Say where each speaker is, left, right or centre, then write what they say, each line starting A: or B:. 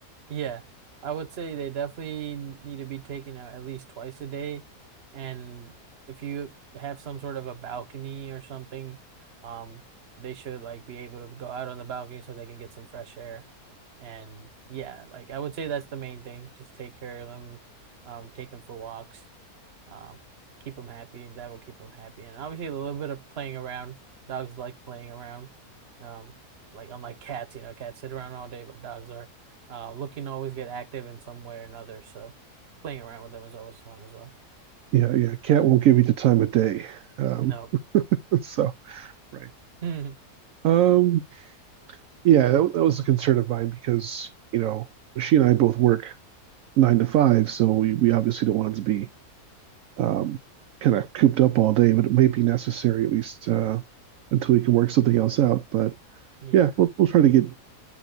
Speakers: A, on the right (about 45°); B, on the right (about 70°).
A: Yeah, I would say they definitely need to be taken out at least twice a day. And if you have some sort of a balcony or something, um, they should like be able to go out on the balcony so they can get some fresh air. And yeah, like I would say that's the main thing. Just take care of them, um, take them for walks um, keep them happy. That will keep them happy. And obviously, a little bit of playing around. Dogs like playing around. Um, like unlike cats, you know, cats sit around all day, but dogs are uh, looking to always get active in some way or another. So playing around with them is always fun as well.
B: Yeah, yeah. Cat won't give you the time of day. Um,
A: No.
B: <laughs> so right.
A: <laughs>
B: Um, yeah, that, that was a concern of mine because you know she and I both work nine to five, so we we obviously don't want it to be um, kind of cooped up all day, but it may be necessary at least uh, until we can work something else out. But
A: Yeah.
B: yeah, we'll we'll try to get